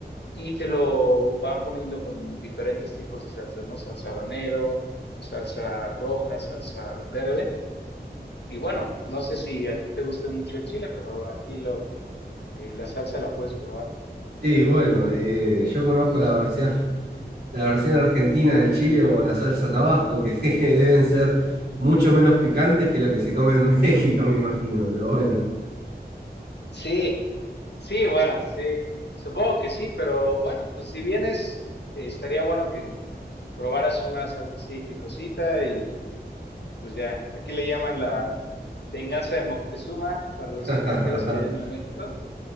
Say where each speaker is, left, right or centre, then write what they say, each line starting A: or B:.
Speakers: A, on the left; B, on the right.
A: y te lo van poniendo con diferentes tipos de salsas, ¿no? Salsa habanero, salsa roja, salsa verde. Y bueno, no sé si a ti te guste mucho el chile, pero aquí lo, eh, la salsa la puedes probar.
B: Sí, bueno, eh, eh, yo conozco la versión, la versión argentina del chile o la salsa Tabasco, que, <laughs> que deben ser mucho menos picantes que lo que se come en <laughs> México, me imagino, pero bueno.
A: Sí, sí, bueno, sí, supongo que sí, pero bueno, pues si vienes, eh, estaría bueno que probaras una salsa así picosita y, y pues ya, aquí le llaman la venganza de Moctezuma para
B: <laughs>
A: los extranjeros que vienen a México,